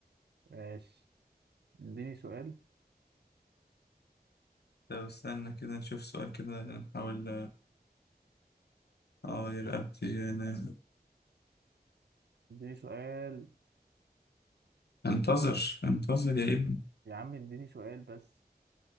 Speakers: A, on the right; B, on the left.
A: ماشي اديني سؤال
B: طب استنى كده نشوف سؤال كده نحاول اه يا رقبتي يعني
A: اديني سؤال
B: انتظر انتظر يا ابني
A: يا عم اديني سؤال بس